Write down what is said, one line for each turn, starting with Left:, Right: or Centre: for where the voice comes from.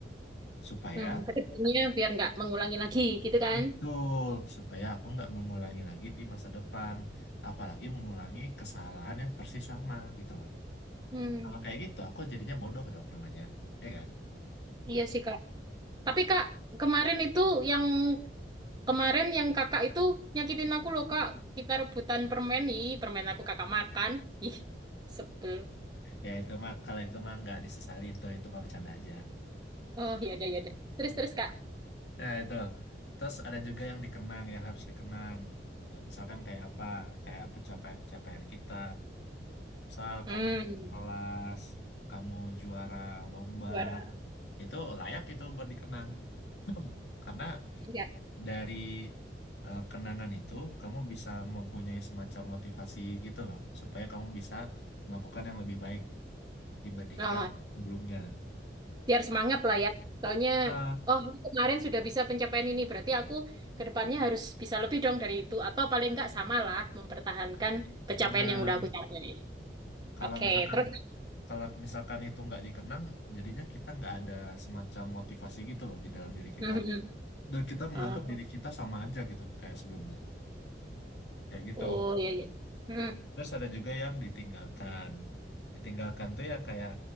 Left: Supaya
Right: Hmm, ke depannya biar nggak mengulangi lagi gitu kan.
Left: Betul, supaya aku nggak mengulangi lagi di masa depan, apalagi mengulangi kesalahan yang persis sama gitu loh.
Right: Hmm,
Left: Kalau kayak gitu, aku jadinya bodoh dong namanya, ya kan?
Right: iya sih Kak. Tapi Kak, kemarin itu yang kemarin yang kakak itu nyakitin aku loh Kak. Kita rebutan permen, ih permen aku kakak makan. Ih, sebel.
Left: Ya itu mah, kalau itu mah nggak disesali itu, itu mah bercanda aja.
Right: Oh, ya udah ya udah. Terus terus Kak.
Left: Nah itu, terus ada juga yang dikenang, yang harus dikenang. So, misalkan kayak apa, kayak pencapaian-pencapaian kita. Misal
Right: Hmm.
Left: kamu juara kelas, kamu juara lomba,
Right: Juara.
Left: itu layak itu buat dikenang. <clears throat> Karena
Right: Iya.
Left: dari eh, kenangan itu kamu bisa mempunyai semacam motivasi gitu loh supaya kamu bisa melakukan yang lebih baik dibandingkan
Right: Oh,
Left: sebelumnya.
Right: biar semangat lah ya. Soalnya,
Left: Ah,
Right: oh aku kemarin sudah bisa pencapaian ini, berarti aku ke depannya harus bisa lebih dong dari itu. Atau paling enggak samalah mempertahankan pencapaian
Left: benar.
Right: yang udah aku capai.
Left: Kalau
Right: Oke,
Left: misalkan
Right: terus. <laughs>
Left: kalau misalkan itu nggak dikenang, jadinya kita nggak ada semacam motivasi gitu loh di dalam diri kita.
Right: Mhm.
Left: Dan kita menganggap
Right: Oh,
Left: diri kita sama aja gitu kayak sebelumnya. Kayak gitu.
Right: oh ya, ya. Hmm.
Left: Terus ada juga yang ditinggalkan. Ditinggalkan tuh ya kayak